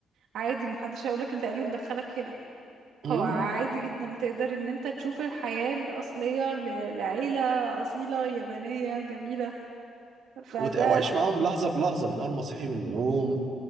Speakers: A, on the right; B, on the right.
A: عادي محدش هيقولك انت ايه اللي مدخلك هنا
B: أمم،
A: هو عادي جدا تقدر ان انت تشوف الحياة الأصلية ل- لعيلة أصيلة يابانية جميلة فده
B: وت- وأعيش معاهم لحظة بلحظة من أول ما صحي من النوم